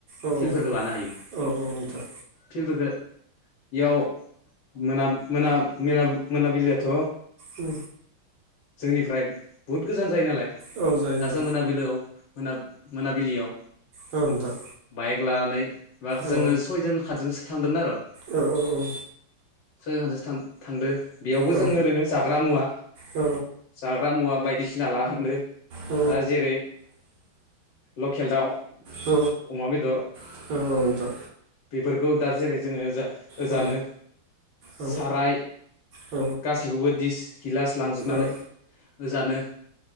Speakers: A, on the right; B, on the left.
A: औ
B: फिल्डफोरखौ लानो हायो
A: औ नोंथां
B: फिल्डफोरखौ इयाव मोना मोना मोनाबिलिआथ'
A: उ
B: जोंनिफ्राय बुहुत गोजान जायो नालाय
A: औ जायो
B: दा जों मोनाबिलिआव मोन मोनाबिलियाव
A: औ नोंथां
B: बाइक लानानै बा
A: औ
B: जोङो सयजन खादजनसो थांदोंमोन आरो
A: औ औ औ
B: सयखानस थांदो बेयावबो
A: औ
B: जोङो ओरैनो जाग्रा मुवा
A: औ
B: जाग्रा मुवा बायदिसिना लाहांदो
A: औ
B: दा जेरै ल' खेल दाव
A: औ
B: अमा बेदर
A: नोंथां
B: बेफोरखौ दा जेरै जोङो जा
A: औ
B: जानो
A: औ
B: साराय
A: औ
B: गासैखौबो दिस गिलास लांजोबनानै
A: औ
B: होजानो